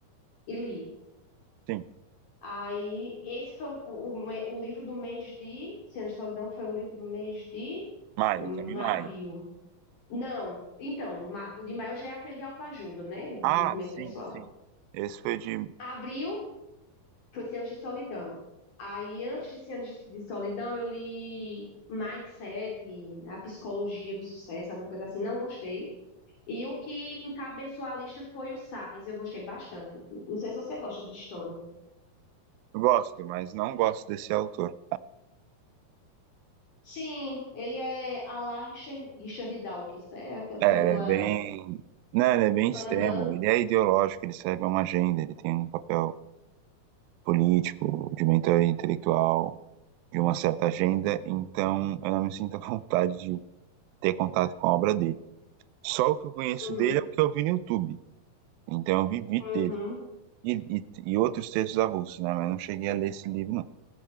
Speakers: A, on the left (about 55°); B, on the right (about 80°).
A: E li.
B: sim.
A: Aí, esse foi o, o, me- o livro do mês de... Céus de Solidão foi o livro do mês de
B: Maia,
A: hum,
B: Cami Maia.
A: abril. Não, então, ma- o de maio já é aquele de autoajuda, né? Desenvolvimento
B: Ah, sim,
A: pessoal.
B: sim. Esse foi de.
A: Abril foi 100 anos de solidão. Aí, antes de 100 anos de de solidão, eu li Mindset, A Psicologia do Sucesso, alguma coisa assim, não gostei. E o que encabeçou a lista foi o Sapiens, eu gostei bastante. Não sei se você gosta de história.
B: Gosto, mas não gosto desse autor.
A: Sim, ele é a lá Richard, Richard Dawkins, né? Aquela-
B: É,
A: Tem aquela.
B: ele é bem. Não, ele é bem
A: Aham,
B: extremo. Ele é ideológico, ele serve a uma agenda, ele tem um papel político, de mentor intelectual, de uma certa agenda, então eu não me sinto à vontade de ter contato com a obra dele. Só o que eu conheço
A: uhum,
B: dele é o que eu vi no YouTube. Então eu vivi
A: uhum,
B: dele. E, e, e outros textos avulsos, né? Mas não cheguei a ler esse livro, não.